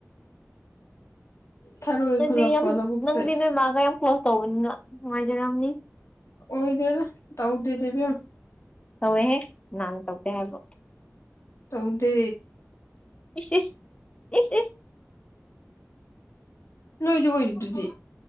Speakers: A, on the left (about 65°); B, on the left (about 20°).
A: ꯊꯔꯣꯏ
B: ꯅꯪꯗꯤ
A: ꯈꯨꯜꯂꯛꯄ
B: ꯌꯥꯝ
A: ꯂꯧꯕꯨꯛꯇꯩ
B: ꯅꯪꯗꯤ ꯅꯣꯏ ꯃꯥꯒ ꯌꯥꯝ ꯀ꯭ꯂꯣꯖ ꯇꯧꯕꯅꯤꯅ ꯅꯨꯡꯉꯥꯏꯖꯔꯝꯅꯤ
A: ꯑꯣꯏꯗꯦꯗꯥ ꯇꯧꯗꯦꯗ ꯏꯕꯦꯝꯃꯥ
B: ꯀꯧꯋꯦꯍꯦ ꯀꯅꯅꯥ ꯇꯧꯗꯦ ꯍꯥꯏꯕ
A: ꯇꯧꯗꯦ
B: ꯑꯦꯁ ꯑꯦꯁ ꯑꯦꯁ ꯑꯦꯁ
A: ꯅꯣꯏꯁꯨ ꯑꯣꯏꯔꯤꯗꯨꯗꯤ